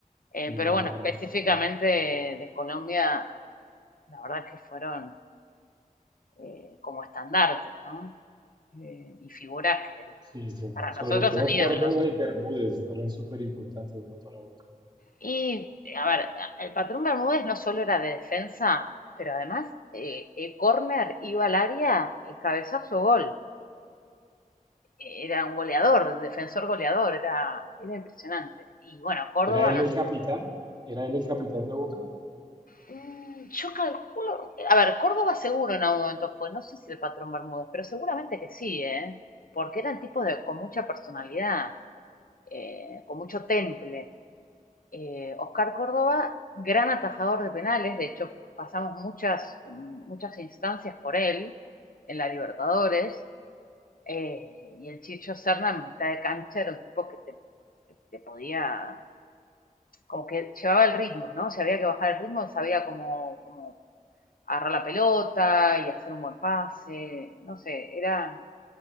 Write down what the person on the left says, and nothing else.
Eh, pero
bueno, específicamente de Colombia, la verdad que fueron eh, como estandartes, ¿no? Eh, y figuras que
para
nosotros
son ídolos.
Y, a ver, el patrón Bermúdez no solo era de defensa, pero además, eh, corner iba al área, y cabezazo, gol. Eh, Era un goleador, defensor goleador, era, era impresionante. Y bueno, Córdoba
no.
Mm, Yo calculo, a ver, Córdoba seguro en algún momento fue, no sé si el patrón Bermúdez, pero seguramente que sí, ¿eh? Porque eran tipos de, con mucha personalidad. eh, con mucho temple. Eh, Oscar Córdoba, gran atajador de penales, de hecho pasamos muchas, muchas instancias por él en la Libertadores, eh, y el Chicho Serna en mitad de cancha era un tipo que te, que te, podía, como que llevaba el ritmo, ¿no? Si había que bajar el ritmo, él sabía cómo, cómo agarrar la pelota y hacer un buen pase, no sé, eran,